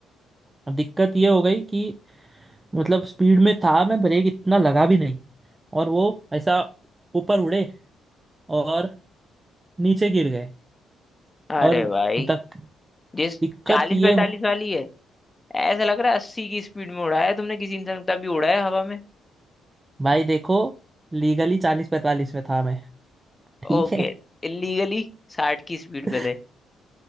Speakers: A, on the right; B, on the left.
A: दिक्कत ये हो गई कि मतलब स्पीड में था मैं ब्रेक इतना लगा भी नहीं और वो ऐसा ऊपर उड़े और नीचे गिर गए
B: अरे
A: और
B: भाई
A: दक-
B: जिस
A: दिक्कत
B: चालीस
A: ये
B: पैंतालीस
A: हो
B: वाली है ऐसा लग रहा है अस्सी की स्पीड में उड़ाया है तुमने किसी इंसान को, तब भी उड़ाया हवा में
A: भाई देखो लीगली चालीस पैंतालीस में था मैं ठीक
B: ओके
A: है
B: इलीगली साठ की स्पीड
A: <laughs>
B: पे थे